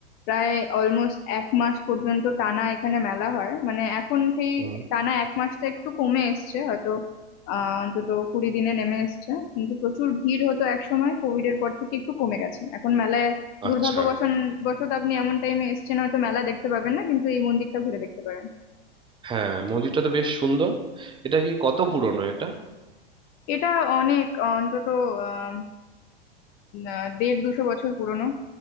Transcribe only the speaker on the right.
হুম
আচ্ছা
হ্যাঁ মন্দিরটা তো বেশ সুন্দর এটা কি কত পুরনো এটা